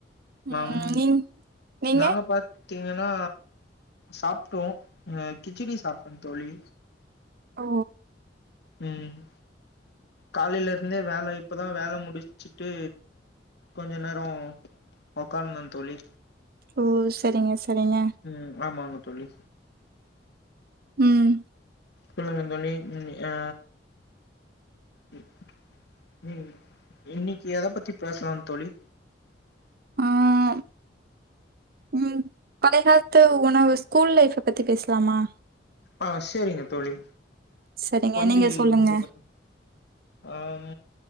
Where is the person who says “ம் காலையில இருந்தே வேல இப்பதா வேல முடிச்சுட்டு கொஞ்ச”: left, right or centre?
Left